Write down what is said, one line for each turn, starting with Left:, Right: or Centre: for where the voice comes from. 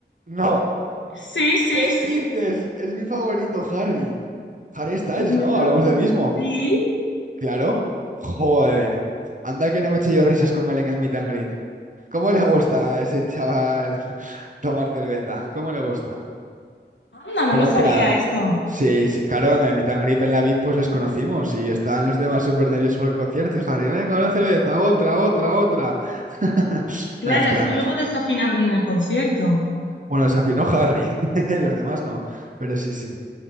Right: no.
Left: Sí, sí,
Right: ¿Qué
Left: sí.
Right: dices? Es mi favorito, Harry. Harry Styles,
Left: El mío
Right: ¿no?
Left: también.
Right: Hablamos del mismo.
Left: Sí.
Right: Claro. Joder. Anda que no me eché yo risas con él en el meet and greet. ¿Cómo le gusta a ese chaval <laughs> tomar cerveza? ¿Cómo le gusta?
Left: Anda, no
Right: Pero
Left: lo
Right: un
Left: sabía
Right: crack.
Left: esto.
Right: Sí, sí, claro, en el Meet and Greet en la VIP pues les conocimos y estaban los demás súper nerviosos por el concierto. Y Harry, venga, una cerveza, otra, otra, otra. <laughs>
Left: Claro,
Right: Nada, es que
Left: así
Right: era el mejor.
Left: luego desafinaron en el concierto.
Right: Bueno, se afinó Harry, <laughs> los demás no, pero sí, sí.